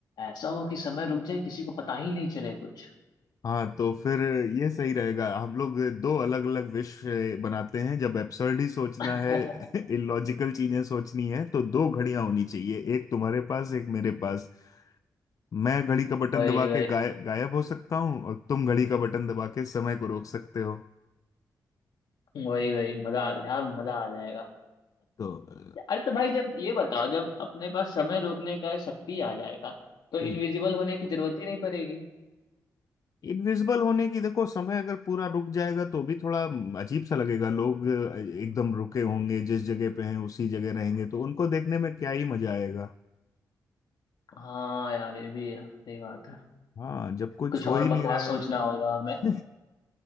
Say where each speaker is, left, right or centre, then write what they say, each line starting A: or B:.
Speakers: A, on the left (about 75°); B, on the left (about 50°).
A: ऐसा हो कि समय रुक जाए किसी को पता ही नहीं चले कुछ
B: हाँ तो फिर ये सही रहेगा हम लोग दो अलग अलग विश बनाते हैं जब एब्सर्ड ही सोचना
A: <laughs>
B: है <laughs> इलॉजिकल चीजें सोचनी है तो दो घड़ियां होनी चाहिए एक तुम्हारे पास एक मेरे पास मैं घड़ी का बटन
A: वही
B: दबा
A: वही
B: के गाय, गायब हो सकता हूँ और तुम घड़ी का बटन दबा के समय को रोक सकते हो
A: वही वही मजा आ- यार मजा आ जाएगा
B: तो अ,
A: अरे तो भाई जब ये बताओ जब अपने पास समय रोकने का शक्ति आ जाएगा तो इनविजिबल
B: हम्म
A: होने की जरूरत ही नहीं पड़ेगी
B: इनविजिबल होने की देखो समय अगर पूरा रुक जाएगा तो भी थोड़ा अजीब सा लगेगा लोग एकदम रुके होंगे जिस जगह पे हैं उसी जगह रहेंगे तो उनको देखने में क्या ही मजा आएगा
A: हाँ यार ये भी है सही बात है
B: हाँ जब कुछ
A: कुछ
B: हो
A: और
B: ही
A: बकवास
B: नहीं रहा है
A: सोचना होगा
B: <laughs>
A: हमें